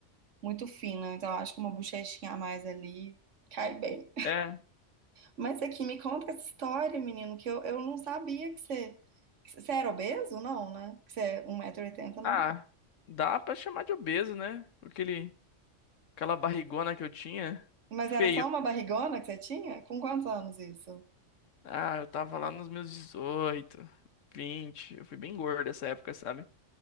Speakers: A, on the right; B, on the left.
A: muito fina. Então, eu acho que uma bochechinha a mais ali cai bem.
B: É.
A: Mas aqui, me conta essa história, menino, que eu, eu não sabia que você, que você era obeso, não, né? Que você é um metro e oitenta não.
B: Ah, dá pra chamar de obeso, né? Aquele, aquela barrigona que eu tinha.
A: Mas
B: Feio.
A: era só uma barrigona que você tinha? Com quantos anos isso?
B: Ah, eu tava lá nos meus 18, 20. Eu fui bem gordo essa época, sabe?